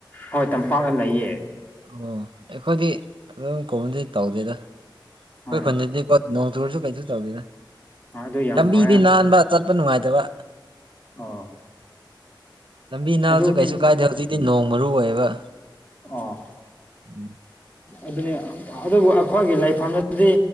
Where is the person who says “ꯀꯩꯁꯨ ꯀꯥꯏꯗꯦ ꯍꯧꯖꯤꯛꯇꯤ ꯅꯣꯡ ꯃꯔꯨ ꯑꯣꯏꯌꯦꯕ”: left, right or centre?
Right